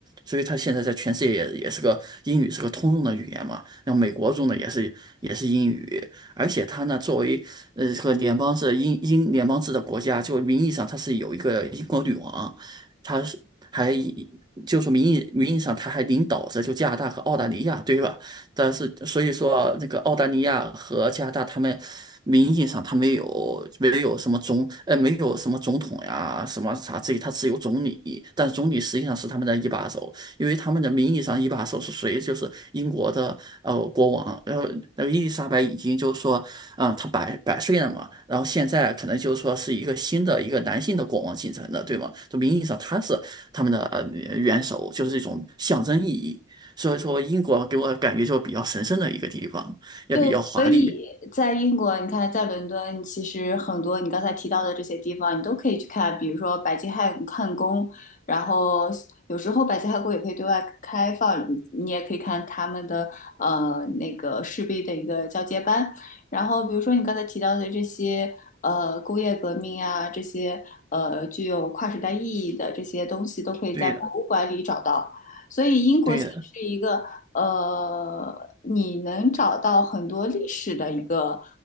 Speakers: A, on the right (about 20°); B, on the left (about 40°).
A: 所以他现在在全世界也也是个英语是个通用的语言嘛。那美国用的也是也是英语，而且他呢作为呃和联邦制英英联邦制的国家，就名义上他是有一个英国女王，他是还以就说名义名义上他还领导着就加拿大和澳大利亚，对吧？但是所以说那个澳大利亚和加拿大他们。名义上他没有没有什么总呃没有什么总统呀什么啥这，他只有总理，但是总理实际上是他们的一把手。因为他们的名义上一把手是谁，就是英国的呃国王，然后那个伊丽莎白已经就是说，啊、她百百岁了嘛，然后现在可能就是说是一个新的一个男性的国王继承的，对吗？就名义上他是他们的呃元首，就是一种象征意义。所以说，英国给我感觉就比较神圣的一个地方，也比较华丽。
B: 对，所以在英国，你看，在伦敦，其实很多你刚才提到的这些地方，你都可以去看，比如说白金汉汉宫，然后有时候白金汉宫也可以对外开放，你你也可以看他们的呃那个士兵的一个交接班，然后比如说你刚才提到的这些呃工业革命啊，这些呃具有跨时代意义的这些东西，都可以在博物馆里找到，
A: 对的，
B: 所以英国其实是一个。
A: 对的，
B: 呃，你能找到很多历史的一个